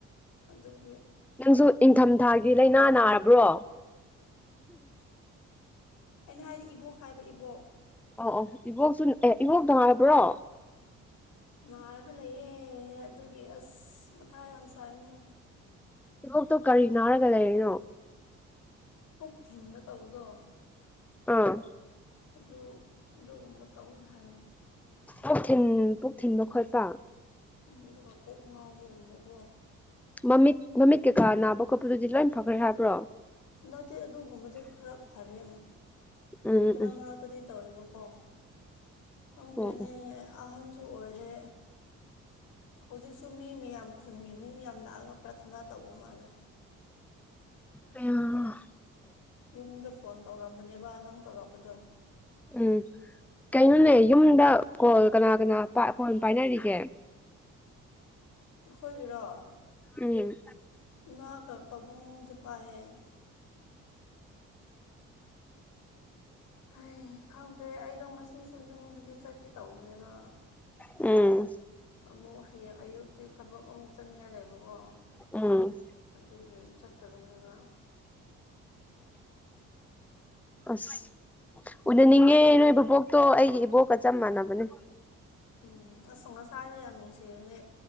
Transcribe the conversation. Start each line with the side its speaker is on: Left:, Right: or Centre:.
Left: ꯑꯗꯨꯗ
Centre: ꯅꯪꯁꯨ ꯏꯪꯊꯝꯊꯥꯒꯤ ꯂꯥꯏꯅꯥ ꯅꯥꯔꯕ꯭ꯔꯣ
Left: ꯑꯩꯅ ꯍꯥꯏꯗꯤ ꯏꯕꯣꯛ ꯍꯥꯏꯕ ꯏꯕꯣꯛ
Centre: ꯑ ꯑꯣ ꯏꯕꯣꯛꯁꯨ ꯑꯦ ꯏꯕꯣꯛ ꯍꯥꯏꯕ꯭ꯔꯣ
Left: ꯅꯥꯔꯒ ꯂꯩꯌꯦꯦ ꯑꯗꯨꯒꯤ ꯑꯁ ꯃꯊꯥ ꯌꯥꯝ ꯁꯥꯏꯅꯦ
Centre: ꯏꯕꯣꯛꯇꯣ ꯀꯔꯤ ꯅꯥꯔꯒ ꯂꯩꯔꯤꯅꯣ
Left: ꯄꯨꯛ ꯊꯤꯟꯕ ꯇꯧꯕꯗꯣ
Centre: ꯑꯥ
Left: ꯑꯗꯨ ꯑꯗꯨꯒꯨꯝꯕ ꯇꯧꯋꯤ ꯍꯥꯏꯔꯦ
Centre: ꯄꯨꯛ ꯊꯤꯟ ꯄꯨꯛ ꯊꯤꯟꯕ ꯈꯣꯠꯄ
Left: ꯎꯗ ꯋꯥꯀ ꯉꯉꯥꯎꯒꯨꯝꯕꯒꯣ
Centre: ꯃꯃꯤꯠ ꯃꯃꯤꯠ ꯀꯩꯀꯥ ꯅꯥꯕ ꯈꯣꯠꯄꯗꯨꯗꯤ ꯂꯣꯏ ꯐꯈ꯭ꯔꯦ ꯍꯥꯏꯕ꯭ꯔꯣ
Left: ꯍꯟꯗꯛꯇꯤ ꯑꯗꯨꯒꯨꯝꯕꯗꯤ ꯈꯔ ꯐꯔꯦ
Centre: ꯎꯝ
Left: ꯃꯔꯛ
Centre: ꯎꯝ
Left: ꯃꯔꯛꯇꯗꯤ ꯇꯧꯋꯦꯕꯣ ꯑꯣ ꯈꯪꯗ꯭ꯔꯦꯅꯦ
Centre: ꯑꯣ
Left: ꯑꯍꯟꯁꯨ ꯑꯣꯏꯔꯦ ꯍꯧꯖꯤꯛꯁꯨ ꯃꯤ ꯃꯌꯥꯝ ꯈꯨꯟꯒꯤ ꯃꯤ ꯃꯌꯥꯝ ꯂꯥꯛꯑꯒ ꯄ꯭ꯔꯊꯅꯥ ꯇꯧꯕ ꯃꯥꯜꯂꯦ
Centre: ꯑ
Left: ꯌꯨꯝꯗ ꯐꯣꯟ ꯇꯧꯔꯝꯕꯅꯦꯕ ꯅꯪ ꯇꯧꯔꯛꯄꯗꯣ
Centre: ꯎꯝ ꯀꯩꯅꯣꯅꯦ ꯌꯨꯝꯗ ꯀꯣꯜ ꯀꯅꯥ ꯀꯅꯥ ꯐꯣꯟ ꯄꯥꯏꯅꯔꯤꯒꯦ
Left: ꯈꯣꯏꯒꯤꯔꯣ
Centre: ꯎꯝ
Left: ꯏꯃꯥ ꯀ ꯄꯥꯕꯨꯡ ꯇꯄ ꯍꯦ ꯍ ꯈꯪꯗ꯭ꯔꯦ ꯑꯩꯗꯣ ꯉꯁꯤꯁꯦ ꯌꯨꯝꯗꯗꯤ ꯆꯠꯀꯦ ꯇꯧꯕꯅꯦꯕ
Centre: ꯎꯝ
Left: ꯑꯃꯨꯛ ꯍꯌꯦꯡ ꯑꯌꯨꯛꯇꯤ ꯊꯕꯛ ꯑꯃꯨꯛ ꯆꯠꯅꯤꯡꯉꯥꯏ ꯂꯩꯕꯀꯣ
Centre: ꯎꯝ
Left: ꯑꯗꯨꯒꯤ ꯆꯠꯇꯕꯅꯦꯕ <inaudible>
Centre: ꯑꯁ ꯎꯅꯅꯤꯡꯉꯦ ꯅꯣꯏ ꯕꯕꯣꯛꯇꯣ ꯑꯩꯒꯤ ꯏꯕꯣꯛꯀ ꯆꯞ ꯃꯥꯟꯅꯕꯅꯦ
Left: ꯎꯝ ꯑꯁꯣ ꯉꯁꯥꯅ ꯌꯥꯝ ꯅꯨꯡꯁꯤꯕꯅꯦ